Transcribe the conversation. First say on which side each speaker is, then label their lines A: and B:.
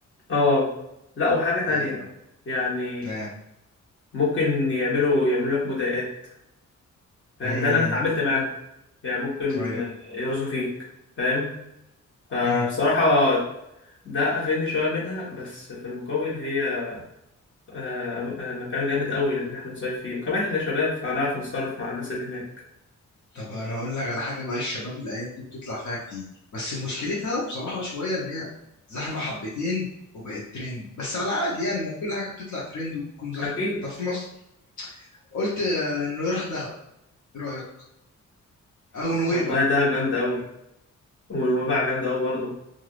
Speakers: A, on the left; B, on the left.
A: اه لا وحاجة تانية
B: ايوه
A: يعني
B: اه
A: ممكن يعملوا يعملوا لك مضايقات فاهم
B: امم
A: ده اللي انا اتعاملت معاهم يعني ممكن
B: ايوه
A: آه، يرزوا فيك فاهم فبصراحة
B: امم
A: ده قفلني شوية منها بس في المقابل هي آه، آه، مكان جامد قوي اللي احنا نصيف فيه وكمان احنا شباب فهنعرف نتصرف مع الناس اللي هناك
B: طب انا اقول لك على حاجه بقى الشباب الايام دي بتطلع فيها كتير بس مشكلتها بصراحه شويه ان هي زحمه حبتين وبقت ترند بس على عادي يعني ما كل حاجه بتطلع ترند وبتكون زحمه
A: اكيد
B: طب في مصر قلت آه، انه يروح دهب ايه رأيك او نويبع
A: والله دهب جامده قوي ونويبع جامده قوي برضه